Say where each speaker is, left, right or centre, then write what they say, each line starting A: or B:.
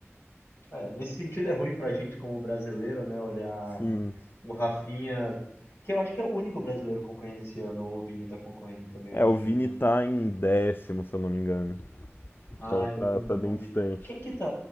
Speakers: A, on the left; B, on the left.
A: É, nesse sentido é ruim pra gente como brasileiro, né? Olhar
B: sim.
A: o Rafinha, que eu acho que é o único brasileiro concorrendo esse ano, ou o Vini tá concorrendo também,
B: É,
A: o Vini
B: o Vini
A: Júnior.
B: tá em décimo, se eu não me engano.
A: Ah,
B: Então tá,
A: eu não, não
B: tá bem
A: vi.
B: distante.
A: Quem que tá